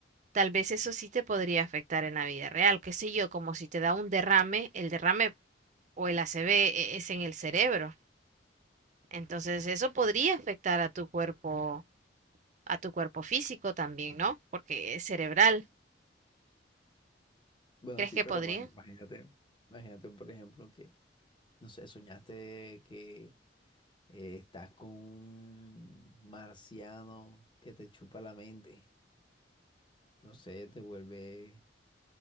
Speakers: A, on the right (about 40°); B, on the left (about 25°).
A: tal vez eso sí te podría afectar en la vida real, qué sé yo, como si te da un derrame, el derrame o el ACV e- es en el cerebro. Entonces, eso podría afectar a tu cuerpo a tu cuerpo físico también, ¿no? Porque es cerebral.
B: Bueno,
A: ¿Crees
B: sí,
A: que
B: pero
A: podría?
B: ma- imagínate, imagínate, por ejemplo, que, no sé, soñaste que eh, estás con un marciano que te chupa la mente. No sé, te vuelve,